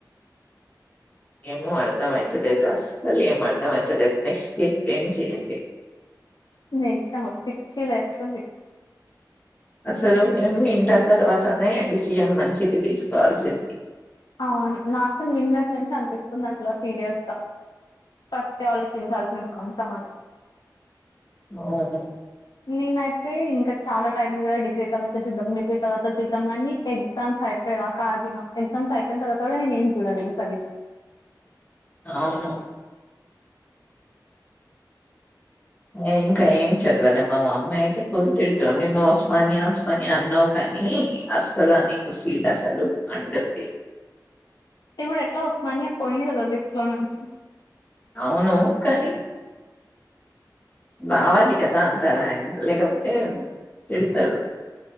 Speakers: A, on the left (about 25°); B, on the left (about 70°).
A: ఏమో అర్థం అయితలేదు అస్సలు ఏం అర్థం అయితలేదు నెక్స్ట్ డే ఏం చేయండి
B: <inaudible> నిజంగా పిచ్చిలేస్తుంది
A: అసలు మేము ఇంటర్ తర్వాతనే డిసిషన్ మంచిది తీసుకోవాల్సింది
B: అవును నాకు నిన్నటి నుంచి అనిపిస్తుంది అట్లా సీరియస్గా ఫస్ట్ ఆలోచించాల్సింది కొంచెం అని
A: అవును
B: నేనైతే ఇంకా చాలా టైం ఉంది కదా డిగ్రీ తర్వాత చూద్దాం డిగ్రీ తర్వాత చూద్దాం మని ఎగ్జామ్ అయిపోయేదాక ఆగిన ఎగ్జామ్స్ అయిపోయిన తర్వాత కూడా నేను ఏం చూడలేదు సరిగ్గా
A: అవును నేన్ ఇంకా ఏం చదవలే మా మమ్మి అయితే ఫుల్ తిడ్తుంది నువ్ ఉస్మానియా ఉస్మానియా అన్నవ్ గా నీ అస్తదా నీకు సీట్ అసలు అంటుంది
B: ఇప్పుడు ఎట్లా ఉస్మానియా పోయింది గదా లిస్ట్ లో నుంచి
A: అవును కానీ రావాలి కదా అంత రాంక్ లేకపోతే తిడతడు